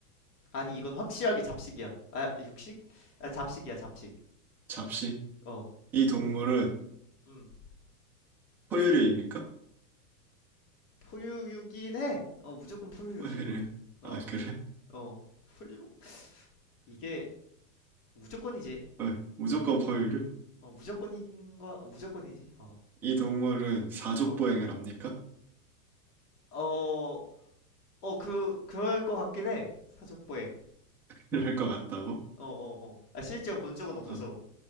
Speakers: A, on the left (about 65°); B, in the centre.
A: 아니, 이건 확실하게 잡식이야. 아, 육식? 아, 잡식이야, 잡식.
B: 잡식?
A: 어.
B: 이 동물은
A: 음.
B: 포유류입니까?
A: 포유류긴 해. 어, 무조건 포유류지,
B: 포유류.
A: 이건. 어.
B: 아, 그래?
A: 어. 포유. 이게 무조건이지.
B: 어, 무조건 포유류?
A: 어, 무조건인 거, 어, 무조건이지. 어.
B: 이 동물은 사족보행을
A: 어.
B: 합니까?
A: 어, 어, 그, 그럴 것 같긴 해. 사족보행.
B: <laughs> 이럴 것 같다고?
A: 어, 어, 어. 아, 실제로 본 적은 없어서
B: 어,